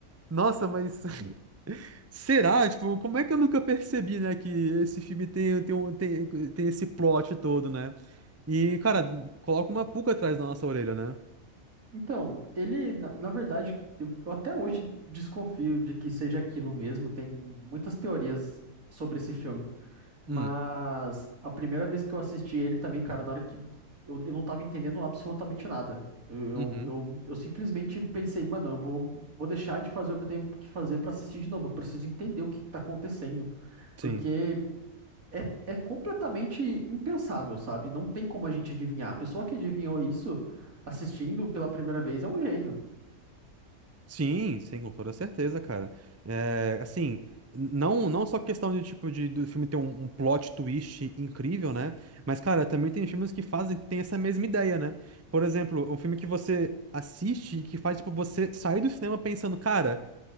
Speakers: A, on the right (about 20°); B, on the right (about 75°).
A: Nossa, mas. <laughs> Será? Tipo, como é que eu nunca percebi, né? Que esse filme tem, tem, um- tem, tem esse plot todo, né? E, cara, coloca uma pulga atrás da nossa orelha, né?
B: Então, ele, na, na verdade, eu eu até hoje desconfio de que seja aquilo mesmo, tem muitas teorias sobre esse filme. Mas
A: Hum,
B: a primeira vez que eu assisti ele também, cara, na hora que eu, eu não tava entendendo absolutamente nada. Eu,
A: uhum,
B: eu, eu, eu simplesmente pensei, mano, eu vou, vou deixar de fazer o que eu tenho que fazer pra assistir de novo. Eu preciso entender o que que tá acontecendo. Porque
A: sim.
B: é, é completamente impensável, sabe? Não tem como a gente adivinhar. A pessoa que adivinhou isso assistindo pela primeira vez é um gênio.
A: Sim, sim, com toda certeza, cara. É, assim, não, não só questão de tipo de do filme ter um, um plot twist incrível, né? Mas, cara, também tem filmes que fazem, tem essa mesma ideia, né? Por exemplo, um filme que você assiste e que faz, tipo, você sair do cinema pensando, cara.